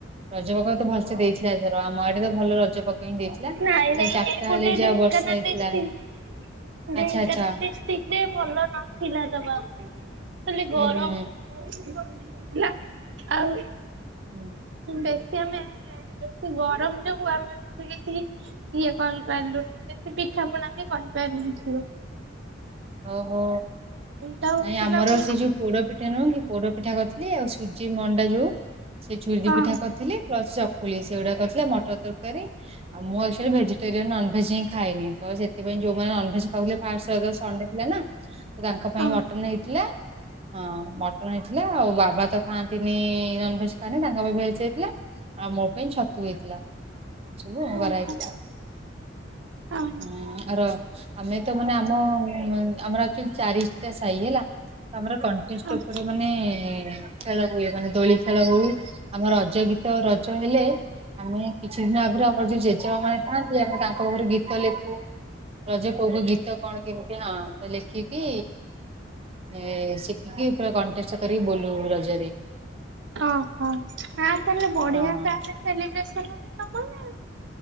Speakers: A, on the right; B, on the right.
A: ରଜ ପାଗ ତ ପୁରା ଭଲସେ ସେ ଦେଇଥିଲା ଏଥର ଆମ ଆଡେ ତ ଭଲ ରଜ ପାଗ ହିଁ ଦେଇଥିଲା।
B: ନାଇଁ
A: ଖାଲି
B: ନାଇଁ
A: ଚାରିଟାବେଲେ
B: ଏପଟେ
A: ଯାହା
B: ଢେଙ୍କାନାଳ
A: ବର୍ଷା ହେଇଥିଲା
B: ଡିଷ୍ଟ୍ରିକ୍ଟ ଢେଙ୍କାନାଳ
A: ଆଚ୍ଛା ଆଚ୍ଛା
B: ଡିଷ୍ଟ୍ରିକ୍ଟ ରେ ଭଲ ନଥିଲା ତବା ଖାଲି ଗରମ
A: ହୁଁ ହୁଁ
B: ହେଲା ଆଉ
A: ହୁଁ।
B: ବେଶ ହଁ। ସେ ଗରମ ଯୋଗୁ ଆମେ ସେ କିଛି ଇଏ କରିପାରିଲୁନି ସେ ପିଠା ପଣା ବି କରିପାରିଲୁ <unintelligible>
A: ଓହୋ।
B: ତ ହଉଥିଲା
A: ନାଇଁ ଆମର
B: ବହୁତ
A: ସେ ଯୋଉ ପୋଡ ପିଠା ନୁହେଁ କି ପୋଡ ପିଠା କରିଥିଲି ଆଉ ସୁଜି ମଣ୍ଡା ଯୋଉ ସେ ସୁଜି
B: ହଁ
A: ପିଠା କରିଥିଲି ପ୍ଲସ ଚକୁଳି ସେଗୁଡା କରିଥିଲା ମଟର ତରକାରୀ ଆଉ ମୁଁ ଆକଚୁଆଲି ଭେ ଟରିଆନ ନନଭେଜ ହିଁ ଖାଇନି ତ ସେଥିପାଇଁ ଯୋଉମାନେ ନନଭେଜ ଖାଉଥିଲେ ଫାଷ୍ଟ ରଜ ସଣ୍ଡେ ଥିଲା ନା ତ ତାଙ୍କ ପାଇଁ
B: ହଁ
A: ମଟନ ହେଇଥିଲା ହଁ ମଟନ ହେଇଥିଲା ଆଉ ବାବା ତ ଖାଆନ୍ତିନି ନନଭେଜ ଖାଆନ୍ତିନି ତାଙ୍କ ପାଇଁ ଭେଜ ହେଇଥିଲା। ଆଉ ମୋ ପାଇଁ ଛତୁ ହେଇଥିଲା <unintelligible>
B: ହଁ
A: ହେଇଥିଲା।
B: ହଁ
A: ହୁଁ ଆ ର ଆମେ ତ ମାନେ ଆମ ଆମର ଆକ୍ଚୁଆଲି ଚାରିଟା ସାହି ହେଲା। ତ ଆମର କଣ୍ଟେଷ୍ଟ
B: ହଁ
A: ଉପରେ ମାନେ ଖେଳ ହୁଏ। ମାନେ ଦୋଳି ଖେଳ ହେଉ ଆମର ରଜ ଗ ରଜ ହେଲେ ଆମେ କିଛି ଦିନ ଆଗରୁ ଆମର ଯୋଉ ଜେଜେମା ମାନେ ଥାଆନ୍ତି ଆମେ ତାଙ୍କ ପାଖରେ ଗୀତ ଲେଖୁ। ରଜ କୋଉ କୋଉ ଗୀତ କଣ କେମିତି ହଁ ତ ଲେଖିକି ଏ ଶିଖିକି ପୁରା କଣ୍ଟେଷ୍ଟ କରିକି ବୋଲୁ ରଜରେ।
B: ଓହୋ ଆ ତାହେଲେ ବଢିଆ
A: ହଁ।
B: ତାହେଲେ ସେଲିବ୍ରେସନ ହୁଏ ତମର। ନା